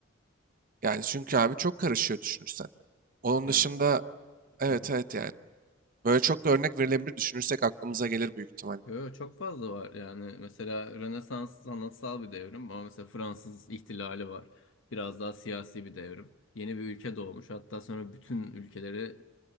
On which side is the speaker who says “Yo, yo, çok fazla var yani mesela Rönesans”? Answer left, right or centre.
Left